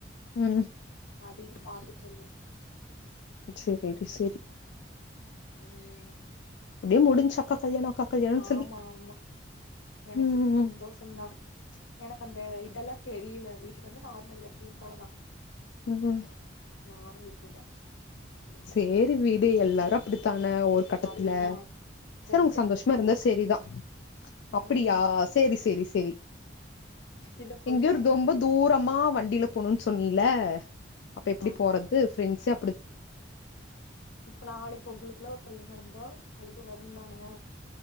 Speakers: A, on the left (about 70°); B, on the left (about 90°).
A: ம்
B: அதையு பாத்துட்டு இருந்தே
A: சேரி செரி
B: ம்
A: அதே முடிஞ்சு அக்கா கல்யாணோ அக்கா கல்யாணோன்னு
B: ஆமா
A: சொல்லி
B: ஆமா எனக்கு
A: ம்
B: என்ன சந்தோஷ
A: ம்
B: சரிங்களா எனக்கு அந்த இதெல்லா தெரியல வீட்டுக்கு வந்து நார்மல் எப்பயு போலதா
A: ம்
B: நானு விட்டுட்டே
A: சேரி விடு எல்லாரு அப்டித்தானே ஒரு கட்டத்துல
B: அதுதா ஃப்ரெண்ட்ஸே
A: சரி அவங்க சந்தோஷமா
B: அப்படித்தானே
A: இருந்தா சேரிதா அப்டியா
B: ஆமா
A: சேரி சேரி சேரி
B: இத போய்
A: எங்கயோ
B: எல்லாத்தையு
A: ரொம்ப
B: சொல்லிருக்கே
A: தூரமா வண்டில போணுன்னு சொன்னைல அப்ப எப்டி
B: ஆமா
A: போறது ஃபிரண்ட்ஸ்ஸே
B: இப்ப நாளைக்கு உங்களுக்கெல்லா ஒரு கல்யாண நடந்தா அழுக வருந்தானே